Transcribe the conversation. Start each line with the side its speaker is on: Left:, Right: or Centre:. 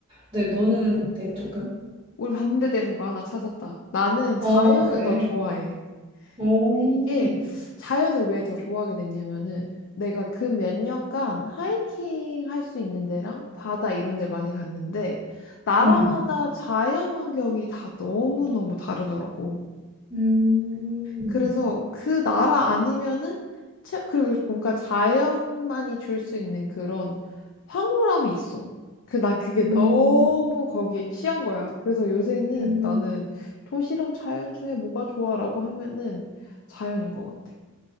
Right: 근데 너는 어때? 조금?
Left: 우리 반대되는 거 하나 찾았다. 나는
Right: 어,
Left: 자연을
Right: 그래.
Left: 더 좋아해.
Right: 오,
Left: 근데 이게 자연을 왜 더 좋아하게 됐냐면은 내가 그 몇 년간 하이킹 할 수 있는 데랑 바다 이런 데를 많이 갔는데 나라마다
Right: 음,
Left: 자연 환경이 다 너무너무 다르더라고.
Right: 음.
Left: 그래서 그 나라 아니면은 채, 그리고 뭔가 자연만이 줄 수 있는 그런 황홀함이 있어. 그 난 그게
Right: 음,
Left: 너무 거기에 취한 거야. 그래서 요새는
Right: 음.
Left: 나는 도시랑 자연 중에 뭐가 좋아라고 하면은 자연인 것 같아.